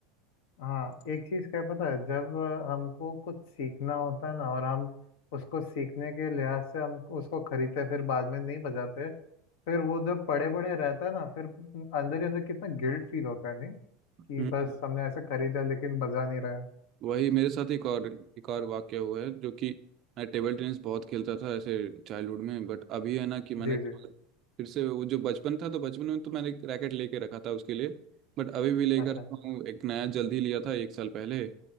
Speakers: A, on the left; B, on the right.
A: हाँ एक चीज क्या है पता है जब अ, हमको कुछ सीखना होता है ना और हम उसको सीखने के लिहाज से हम उसको खरीदते हैं, फिर बाद में नहीं बजाते फिर वो जब पड़े पड़े रहता है ना फिर अंदर ही अंदर कितना गिल्ट फील होता है नहीं कि
B: हम्म
A: बस हमने ऐसे खरीदा लेकिन बजा नहीं रहा है
B: वही मेरे साथ एक और एक और वाक्य हुआ है जो कि मैं टेबल टेनिस बहुत खेलता था ऐसे चाइल्डहुड में बट अभी है ना कि मैंने
A: जी जी
B: फिर से वो जो बचपन था तो बचपन में तो मैंने एक रैकेट लेके रखा था उसके लिए बट अभी भी लेकर
A: अच्छा
B: तो हूँ, एक नया जल्दी लिया था एक साल पहले